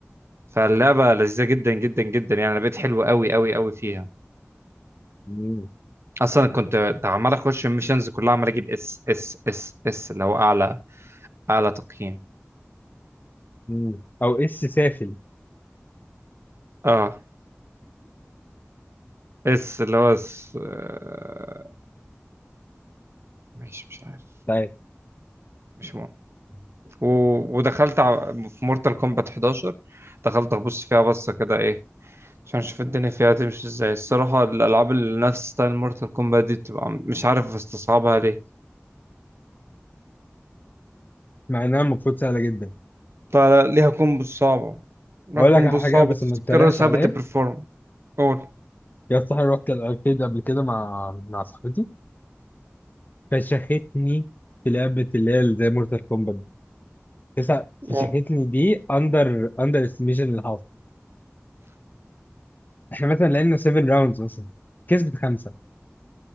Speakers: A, on the right; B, on the left.
A: فاللعبه لذيذه جدا جدا جدا يعني انا بقيت حلو قوي قوي قوي فيها
B: مم.
A: اصلا كنت عمال اخش الميشنز كلها عمال اجيب اس اس اس اس اللي هو اعلى اعلى تقييم
B: مم. او اس سافل مش
A: اه اس اللي هو اس آه، ماشي مش عارف
B: عارف
A: مش مهم و... ودخلت ع- في مورتال كومبات 11 دخلت ابص فيها بصه كده ايه عشان اشوف الدنيا فيها تمشي ازاي الصراحة الالعاب اللي نفس ستايل مورتال كومبات دي بتبقى مش عارف استصعبها ليه
B: مع انها المفروض سهله جدا
A: طيب ليها كومبو صعبة ليها
B: اقول
A: كومبو
B: لك على
A: صعبة
B: حاجه بس
A: تفتكرها
B: ما تتريقش
A: صعبة
B: عليا
A: تبرفورم قول
B: يا صاحبي رحت الاركيد قبل كده مع مع صاحبتي فشختني في لعبه اللي هي زي مورتال كومبات تسع فشختني
A: قول.
B: دي اندر اندر استيميشن للهاف احنا مثلا لعبنا 7 راوندز مثلا كسبت خمسه